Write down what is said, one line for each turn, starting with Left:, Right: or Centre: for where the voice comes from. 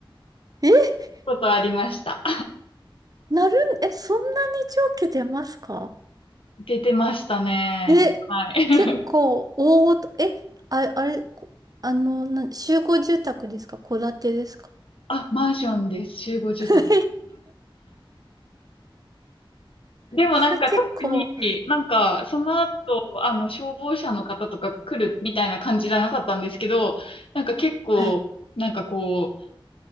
Right: え
Left: ことありました。
Right: なるん、え、そんなに長期出ますか
Left: 出てましたね。
Right: え、
Left: はい。<laughs>
Right: 結構大ごと、え、あ、あれ、こあの、な、集合住宅ですか戸建てですか
Left: あ、マンションです。集合住宅。
Right: <laughs>
Left: でもなんか特になんかその後、
Right: それ結構、
Left: あの消防車の方とか来るみたいな感じじゃなかったんですけど、なんか結構、
Right: え
Left: なんかこう、